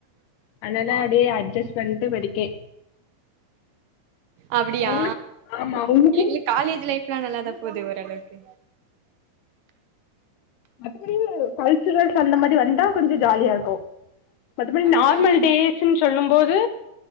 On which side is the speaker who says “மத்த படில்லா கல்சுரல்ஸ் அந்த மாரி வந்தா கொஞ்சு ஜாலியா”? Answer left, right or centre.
Left